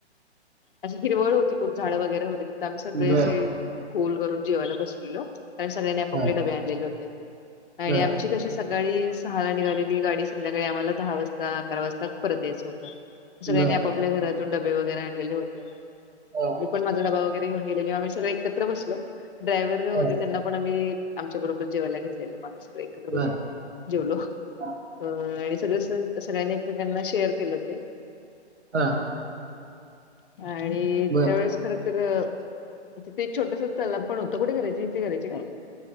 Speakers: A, on the left; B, on the right.
A: अशी हिरवळ होती खूप झाडं वगैरे होती तिथ आम्ही सगळे
B: बर
A: असे गोल करून जेवायला बसलेलं कारण सगळ्यांनी आपापले
B: हं.
A: डबे आणलेले होते आणि
B: बर
A: आमची तशी सकाळी सहाला निघालेली गाडी संध्याकाळी आम्हाला दहा वाजता. अकरा वाजता परत यायचं होतं सगळ्यांनी
B: बर
A: आप आपल्या घरातून डबे वगैरे आणलेले होते
B: हं.
A: मी पण माझा डबा वगैरे न गेलेले आम्ही सग एकत्र बसलो ड्रायव्ह होते
B: हं.
A: त्यांना पण आम्ही आमच्या बरोबर जेवायला घेतलेलं मग आम्ही सगळं एकत्र
B: बर
A: बसून जेवलो
B: हं.
A: अ आणि सगळं सगळ्यांनी एकमेकांना शेअर केले होते.
B: हा
A: आणि
B: बर
A: त्यावेळेस खरच तर तिथे एक छोटस तलाव पण होतं कुठे करायची इथे करायचे काय